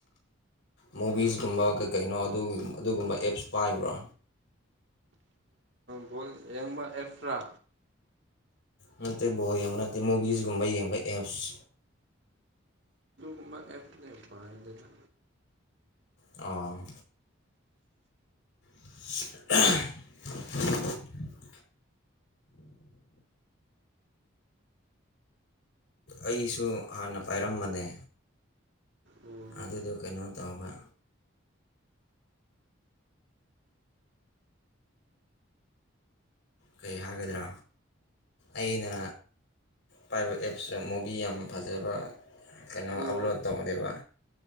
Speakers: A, on the left (about 60°); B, on the right (about 55°).
A: ꯃꯨꯚꯤꯁꯒꯨꯝꯕ ꯀꯩ ꯀꯩꯅꯣ ꯑꯗꯨꯒꯨꯝꯕ ꯑꯦꯞꯁ ꯄꯥꯏꯕ꯭ꯔꯥ
B: ꯒꯣꯜ ꯌꯦꯡꯕ ꯑꯦꯐ꯭ꯔꯥ
A: ꯅꯠꯇꯦ ꯕꯣ ꯌꯦꯡꯕ ꯅꯠꯇꯦ ꯃꯨꯚꯤꯁꯒꯨꯝꯕ ꯌꯦꯡꯕ ꯑꯦꯞꯁ
B: ꯎꯃ ꯑꯦꯐꯅꯦ ꯄꯥꯏꯗꯅ
A: ꯑ <unintelligible> ꯑꯩꯁꯨ ꯍꯥꯟꯅ ꯄꯥꯏꯔꯝꯕꯅꯦ
B: ꯑꯣ
A: ꯑꯗꯨꯗ ꯀꯩꯅꯣ ꯇꯧꯕ ꯀꯩ ꯍꯥꯏꯒꯗ꯭ꯔꯥ ꯑꯩꯅ ꯄꯥꯏꯕ ꯑꯦꯞꯁꯇ ꯃꯨꯚꯤ ꯌꯥꯝ ꯐꯖꯕ ꯀꯩꯅꯣ
B: ꯑꯣ
A: ꯑꯞꯂꯣꯗ ꯇꯧꯔꯦꯕ